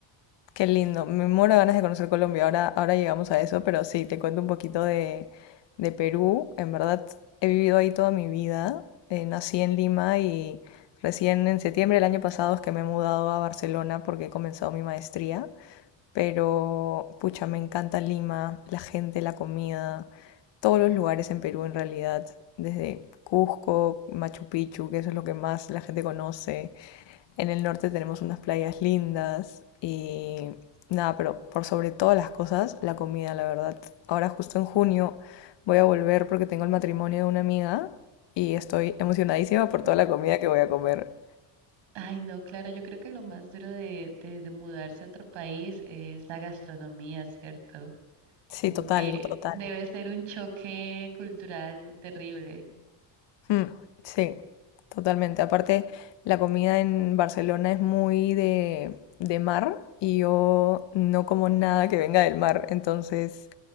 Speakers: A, on the left; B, on the right.
A: Qué lindo, me muero de ganas de conocer Colombia, ahora, ahora llegamos a eso, pero sí, te cuento un poquito de, de Perú. En verdad, he vivido ahí toda mi vida, Eh, nací en Lima y recién en septiembre del año pasado es que me he mudado a Barcelona porque he comenzado mi maestría, pero pucha, me encanta Lima, la gente, la comida, todos los lugares en Perú en realidad, desde Cusco, Machu Picchu, que eso es lo que más la gente conoce en el norte tenemos unas playas lindas y nada, pero por sobre todas las cosas, la comida, la verdad. Ahora justo en junio voy a volver porque tengo el matrimonio de una amiga y estoy emocionadísima por
B: Mm.
A: toda la comida que voy a comer.
B: Ay, no, claro, yo creo que lo más duro de, de, de mudarse a otro país es la gastronomía, ¿cierto?
A: Sí,
B: Como
A: total,
B: que
A: total.
B: debe ser un choque cultural terrible.
A: Mm, sí, totalmente. Aparte, la comida en Barcelona es muy de, de mar y yo no como nada que venga del mar, entonces